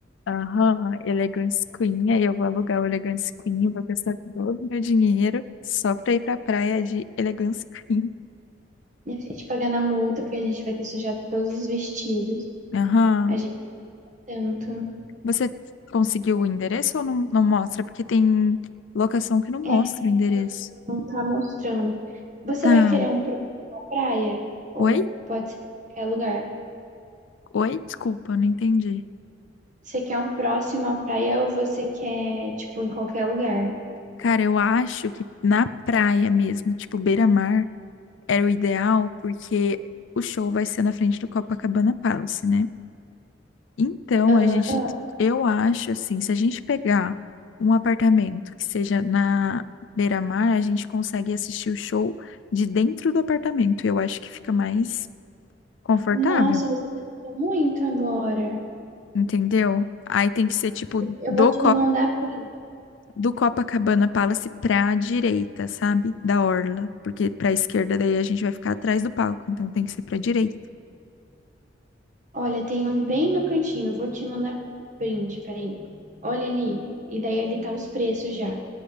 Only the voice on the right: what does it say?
E a gente pagando a multa, porque a gente vai ter sujado todos os vestidos.
A gente tanto.
É,
não tá mostrando. Você
vai querer um próximo à praia? Ou
pode ser em qualquer lugar?
Você quer um próximo à praia ou você quer, tipo, em qualquer lugar?
Aham.
Nossa, você pensou muito agora.
Eu
vou te mandar print.
Olha, tem um bem no cantinho. Vou te mandar print, peraí. Olha ali. E daí ali tá os preços já.